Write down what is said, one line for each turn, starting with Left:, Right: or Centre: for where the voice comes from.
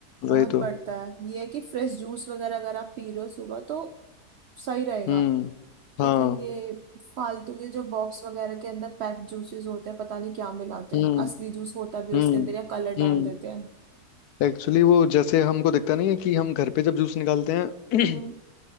Right: बहुत
Left: वही तो
Right: बढ़ता है ये है कि फ्रेश जूस वगैरह अगर आप पी रहे हो सुबह तो सही रहेगा
Left: हम्म हाँ
Right: लेकिन ये फालतू के जो बॉक्स वगैरह के अंदर पैक्ड जूसेस होते हैं पता नहीं क्या मिलाते
Left: हम्म
Right: हैं असली जूस होता भी है
Left: हम्म
Right: उसके अंदर या कलर
Left: हम्म
Right: डाल देते हैं
Left: एक्चुअली वो जैसे हमको दिखता नहीं है कि हम घर पे जब जूस निकालते हैं
Right: हम्म
Left: <clears throat>